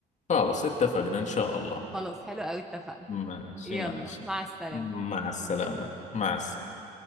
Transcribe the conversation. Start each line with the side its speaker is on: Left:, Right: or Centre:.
Left: خلاص اتفقنا إن شاء الله
Centre: خلاص حلو قوي اتفقنا
Left: ماشي
Centre: يلا
Left: ماشي
Centre: مع السلامة
Left: مع السلامة مع السلامة